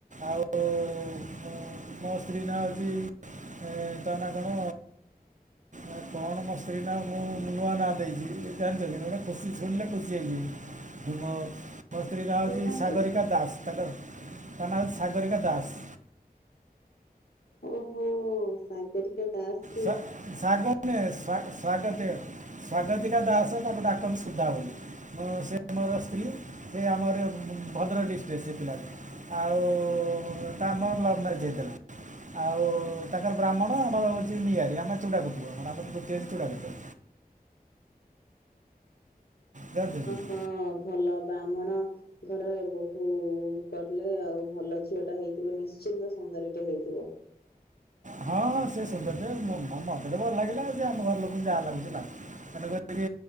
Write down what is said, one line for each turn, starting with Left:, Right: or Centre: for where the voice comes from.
Right: ଆଉ। ଉଁ ମୋ ସ୍ତ୍ରୀ ନାଁ ହଉଚି ଏଁ ତା ନାଁ କଣ ଏଁ କଣ ମୋ ସ୍ତ୍ରୀ ନାଁ ମୁଁ ନୂଆ ନାଁ ଦେଇଚି ଜାଣିଚ କି ଗୋଟେ ଖୁସି ଶୁଣିଲେ ଖୁସି ହେଇଯିବୁ। ମୋ ମୋ ସ୍ତ୍ରୀ ନାଁ ହଉଚି
Left: କହୁନାହାନ୍ତି।
Right: ସାଗରିକା ଦାସ୍ ତାଙ୍କର ତା ନାଁ ହଉଚି ସାଗରିକା ଦାସ୍।
Left: ଓ ହୋ ସାଗେରିକା ଦାସ୍।
Right: ସ୍ଵା ସାଗ ନୁହେଁ ସ୍ବା-ସ୍ଵାଗତିକା। ସ୍ଵାଗତିକା ଦାସ ତାକୁ ଡାକନ୍ତି ସୁଦା ବୋଲି। ମୁଁ ସେ ମୋର ସ୍ତ୍ରୀ ଏ ଆମର ଏ ଭଦ୍ରକ ଡିଷ୍ଟ୍ରିକ୍ ସେ ପିଲାଟି। ଆଉ ତା ମ ଲଭ୍ ମ୍ୟାରେଜ୍ ହେଇଥିଲା। ଆଉ ତାଙ୍କର ବ୍ରାହ୍ମଣ ଆମର ହଉଚି ନିଆରି ଆମେ ଚୁଡ଼ା କୁଟୁବ ଆମର ବୃତ୍ତି ଅଚି ଚୁଡ଼ା କୁଟିବା। ଜାଣିଚ କି?
Left: ହଁ ଭଲ ବାହ୍ମଣ। ଘରେ ବୋହୁ କଲେ ଆଉ ଭଲ ଝିଅ ଟା ହେଇଥିବ ନିଶ୍ଚିନ୍ତ ସୁନ୍ଦରୀଟେ ହେଇଥିବ।
Right: ହଁ ହଁ ସେ ସୁନ୍ଦର ଟେ ମୋ ମତେ ତ ଭଲ ଲାଗିଲା ଯେ ଆମ ଘର ଲୋକଙ୍କୁ ଯା ଲାଗୁଚି ଲାଗୁ। ମାନେ ଯେତିକି